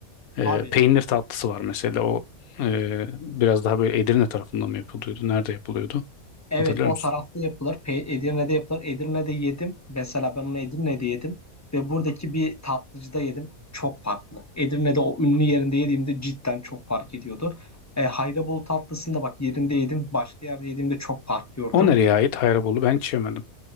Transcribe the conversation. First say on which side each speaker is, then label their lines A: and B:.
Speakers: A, on the left (about 80°); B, on the left (about 15°).
A: Ee,
B: Abi
A: peynir tatlısı var mesela. O e, biraz daha böyle Edirne tarafından mı yapılıyordu? Nerede yapılıyordu?
B: Evet
A: Hatırlıyor
B: o
A: musun?
B: tarafta yapılır. Pe Edirne'de yapılır. Edirne'de yedim. Mesela ben onu Edirne'de yedim. Ve buradaki bir tatlıcıda yedim. Çok farklı. Edirne'de o ünlü yerinde yediğimde cidden çok fark ediyordu. E, Haydabolu tatlısında bak yerinde yedim. Başka yerde yediğimde çok fark gördüm.
A: O nereye ait? Hayrabolu ben hiç yemedim.